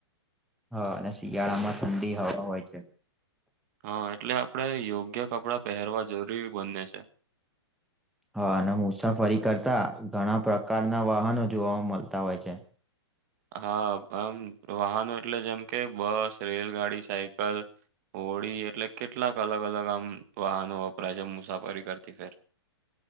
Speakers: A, in the centre; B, on the right (about 40°).
A: હા અને શિયાળામાં ઠંડી હવા હોય છે
B: હા એટલે આપડે યોગ્ય કપડાં પહેરવા જરૂરી બને છે
A: હા અને મુસાફરી કરતા ઘણા પ્રકારના વાહનો જોવાવામાં મળતા હોય છે
B: હા આમ વાહનો એટલે જેમ કે બસ રેલગાડી સાયકલ હોળી એટલે કેટલાક અલગ અલગ આમ વાહનો વપરાય છે મુસાફરી કરતી ફેર